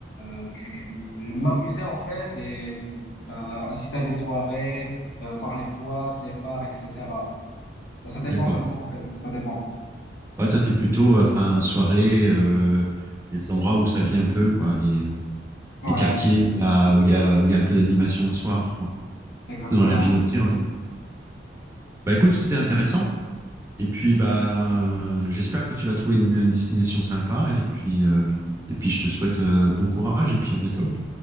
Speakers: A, on the left (about 75°); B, on the right (about 15°).
A: euh, du, du- m'amuser en fait et bah, assister à des soirées euh, voir les boîtes, les bars, etc. Ça dépend,
B: D'accord.
A: ça dépend en fait, ça dépend.
B: Ouais, toi, t'es plutôt, enfin, soirée, euh, les endroits où ça vit un peu, quoi, les, euh,
A: Ouais,
B: les quartiers où il y a, où il y a, où il y a un peu d'animation le soir, quoi.
A: exactement,
B: Plutôt dans la vie
A: exactement.
B: nocturne. Bah, écoute, c'était intéressant. Et puis, bah, euh, j'espère que tu vas trouver une, une destination sympa. Et puis, euh, et puis, je te souhaite, euh, bon courage et puis à bientôt.